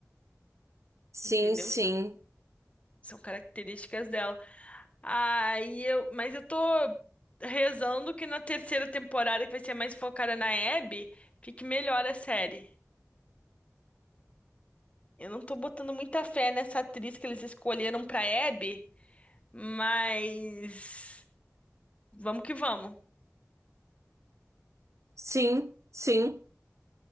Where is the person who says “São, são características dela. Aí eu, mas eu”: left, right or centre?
Left